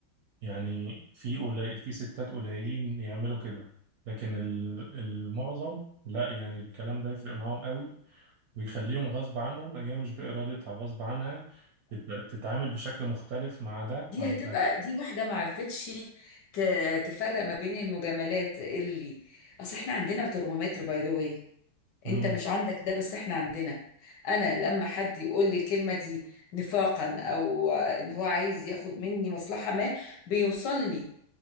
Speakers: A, on the right; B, on the left.
A: يعني في قليل في ستات قليلين يعملوا كده لكن ال- المعظم لا يعني الكلام ده يفرق معاهم قوي ويخليهم غصب عنهم هي مش بإرادتها غصب عنها تت- تتعامل بشكل مختلف مع ده
B: دي
A: عن
B: هتبقى
A: ده
B: دي واحدة ما عرفتش ت- تفرق ما بين المجاملات اللي اصل احنا عندنا ترمومتر باي ذا واي
A: مم.
B: انت مش عندك ده بس احنا عندنا انا لما حد يقول لي الكلمة دي نفاقا او ان هو عايز ياخد مني مصلحة ما بيوصلني